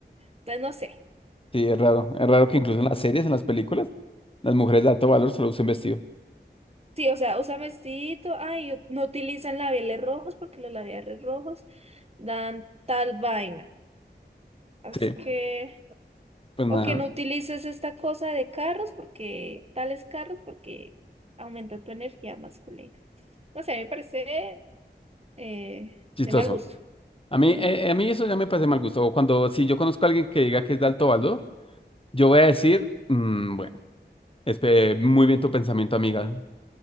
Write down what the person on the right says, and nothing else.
Entonces, no sé.
Sí, o sea, usa mestito, ay, u- no utilizan labiales rojos porque los labiales rojos dan tal vaina. Así
que,
o
que no utilices esta cosa de carros porque, tales carros porque aumenta tu energía masculina. No sé, me parece eh,
de mal gusto.
Ujú,